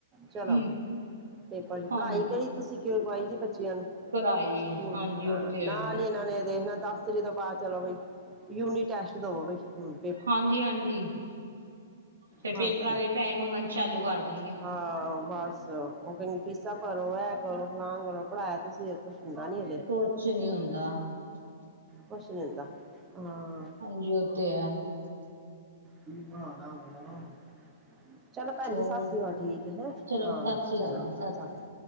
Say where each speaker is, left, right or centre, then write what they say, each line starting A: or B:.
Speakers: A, on the right; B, on the right.
A: ਚਲੋ
B: ਹਮ
A: ਪੇਪਰ 'ਚ'
B: ਹਾਂ
A: ਪੜ੍ਹਾਈ ਕਿਹੜੀ ਤੁਸੀਂ ਜੀ ਕਾਰਵਾਈ ਬੱਚਿਆਂ ਨੂੰ।
B: ਕਰਾਈ
A: ਸਕੂਲ
B: ਹਾਂਜੀ
A: ਹਾਂ,
B: ਉਹ ਤੇ ਹੈ
A: ਨਾਲ ਇਹਨਾਂ ਨੇ ਦੇਖਣਾ ਦਸ ਤਰੀਕ ਤੋਂ ਬਾਅਦ ਚਲੋ। ਬਈ ਯੂਨੀ ਟੈਸਟ ਦਵੋ ਬਈ ਹਮ।
B: ਹਾਂਜੀ -ਹਾਂਜੀ। ਫਿਰ
A: ਮੱਸ,
B: ਪੇਪਰਾਂ ਦੇ ਪੈਸੇ ਮੰਗਣ ਚਾਲੂ ਕਰ ਦੇਣਗੇ
A: ਹਾਂ ਬੱਸ ਉਹ ਕਹਿੰ। ਫੀਸਾਂ ਭਰੋ, ਐ ਭਰੋ ਫਲਾਨ ਕਰੋ, ਪੜ੍ਹਾਇਆ ਤੁਸੀਂ ਇੱਕ। ਕੁਛ ਹੁੰਦਾ ਨੀ ਅਜੇ
B: ਕੁਛ ਨੀ ਹੁੰਦਾ
A: ਕੁਛ ਨੀ ਹੁੰਦਾ ਹਾਂ।
B: ਜੀ ਉਥੇ ਐ।
A: ਕੀ <unintelligible> ਚਲੋ ਭੈਣ
B: ਹੋਰ
A: ਜੀ ਸਸ੍ਰੀਵਾਲ ਠੀਕ ਹੈ।
B: ਚਲੋ
A: ਹਾਂ
B: ਸਤਿ ਸ੍ਰੀ
A: ਚਲੋ
B: ਅਕਾਲ ਜੀ ਸਤਿ ਸ੍ਰੀ ਅਕਾਲ
A: ਸਸ੍ਰੀ।